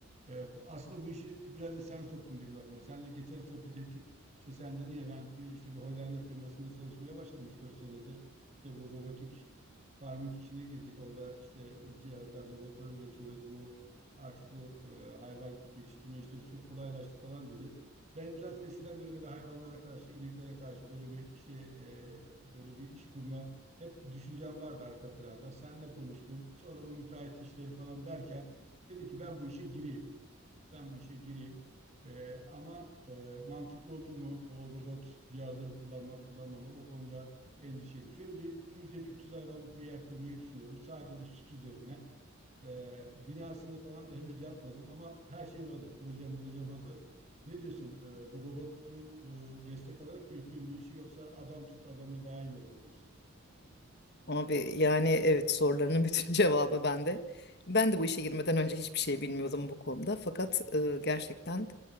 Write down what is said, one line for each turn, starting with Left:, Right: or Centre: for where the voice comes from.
Right: E, aslında bu işi biraz da sen soktun benim aklıma. Seninle geçen sohbet ettik. İşte sen dedin ya ben e, işte bir Hollanda firmasında çalışmaya başladım üç dört senedir. İşte bu robotik farming işine girdik. Orada işte cihazlar, robotlar üretiyoruz. Bu artık bu e, hayvan yetiştirme işleri çok kolaylaştı falan dedin. Benim zaten eskiden beri böyle hayvanlara karşı, ineklere karşı böyle bir şey, e, böyle bir iş kurma hep düşüncem vardı arka planda. Seninle konuştum. Sonra bu müteahhit işleri falan derken dedim ki ben bu işe gireyim. Ben bu işe gireyim. Ee, ama e, mantıklı olur mu o robot cihazları kullanmak, kullanmamak o konuda endişeliyim. Şöyle bir 250-300 hayvanlık bir yer kurmayı düşünüyorum. Sadece süt üzerine. Ee, binasını falan da henüz yapmadım ama her şeyim hazır. Projem, projem hazır. Ne diyorsun? e, bu robotlu e, destek alarak mı yapayım bu işi yoksa adam tut adamla daha iyi mi olur diyorsun?
Left: Abi yani evet sorularının bütün <laughs> cevabı bende. Ben de bu işe girmeden önce hiçbir şey bilmiyordum bu konuda. Fakat e, gerçekten